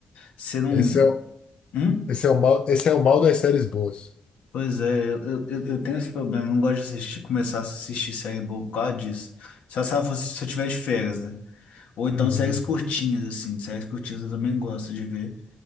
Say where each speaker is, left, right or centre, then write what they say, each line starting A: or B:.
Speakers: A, on the left; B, on the left.
A: Você não.
B: Esse é, o-
A: Hum?
B: esse é o mal, esse é o mal das séries boas.
A: Pois é, eu, eu, eu eu tenho esse problema, eu não gosto de assistir, começar a assistir série boa por causa disso. Só se ela fosse, se eu tiver de férias, né? Ou então
B: Uhum.
A: séries curtinhas, assim, séries curtinhas eu também gosto de ver.